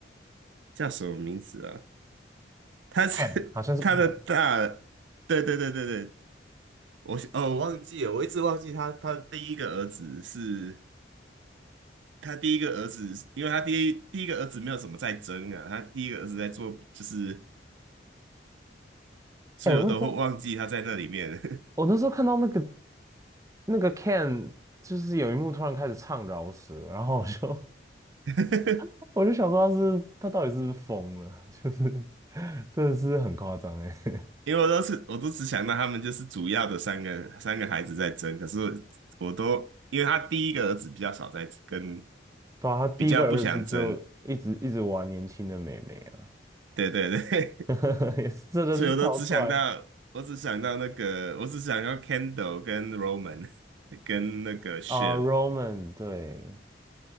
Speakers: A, on the right; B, on the right.
A: 叫什么名字啊？他是
B: Can，好像是
A: <laughs> 他的大，
B: Can。
A: 对对对对对，我哦我忘记了，我一直忘记他他的第一个儿子是他第一个儿子，因为他第一第一个儿子没有什么在争啊，他第一个儿子在做就是，所以我都会忘记他在那里面。
B: 哎、我那时候我那时候看到那个那个 Can，就是有一幕突然开始唱饶舌，然后我就
A: <laughs>
B: <laughs> 我就想说他是他到底是不是疯了，<laughs> 就是真的是很夸张哎。<laughs>
A: 因为我都是我都只想到他们就是主要的三个三个孩子在争，可是我都因为他第一个儿子比较少在跟
B: 对啊，他第一个儿子就一直一直玩年轻的妹妹啊，
A: 比较不想争，对对对，
B: <laughs> 也是真的是超怪
A: <laughs> 所以我都只想到我只想到那个我只想到 Kendall 跟 Roman <laughs> 跟那个 Shiv，
B: 啊，Roman，对，